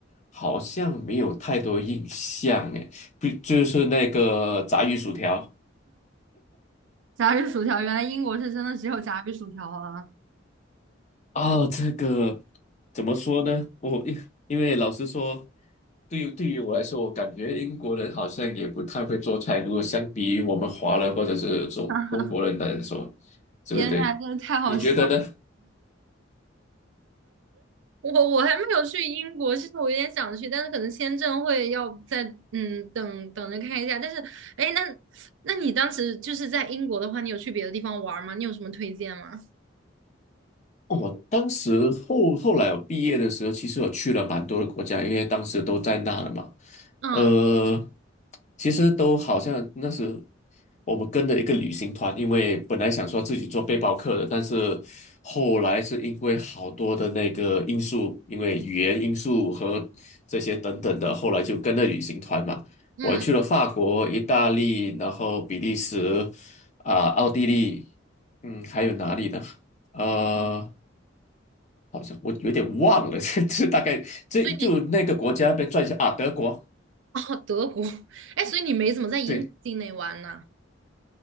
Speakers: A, on the left; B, on the right.
A: 好像没有太多印象诶，不就是那个炸鱼薯条。
B: 炸鱼薯条，原来英国是真的只有炸鱼薯条啊！
A: 哦，这个怎么说呢？我因因为老实说，对于对于我来说，我感觉英国人好像也不太会做菜。如果相比于我们华人或者是中中国人来说，
B: <laughs>
A: 对不对？
B: 天呐，真的太好笑了。
A: 你觉得呢？
B: 我我还没有去英国，其实我有点想去，但是可能签证会要在嗯等等着看一下。但是，哎，那那你当时就是在英国的话，你有去别的地方玩儿吗？你有什么推荐吗？
A: 我当时后后来我毕业的时候，其实我去了蛮多的国家，因为当时都在那了嘛。
B: 嗯
A: 呃，其实都好像那时我们跟着一个旅行团，因为本来想说自己做背包客的，但是后来是因为好多的那个因素，因为语言因素和这些等等的，后来就跟着旅行团嘛。
B: 嗯，
A: 我还去了法国、意大利，然后比利时，啊、奥地利，嗯，还有哪里呢？呃，好像我有点忘了，<laughs> 这这大概这就那个国家边转一下啊，
B: 所以你。
A: 德国。
B: <laughs> 哦，德国，哎，所以你没怎么在英国境内玩呢？
A: 对，